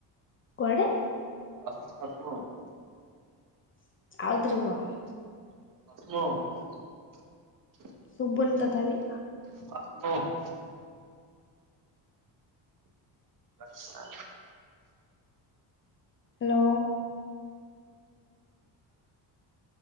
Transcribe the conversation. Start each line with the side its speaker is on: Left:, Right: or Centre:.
Left: କୁଆଡ଼େ?
Right: <unintelligible>
Left: ଆଉ ଥରେ କୁହ।
Right: <unintelligible>
Left: ଶୁଭୁନି ତଥାପି।
Right: <unintelligible> ଆଚ୍ଛା ଆଚ୍ଛା।
Left: ହାଲୋ।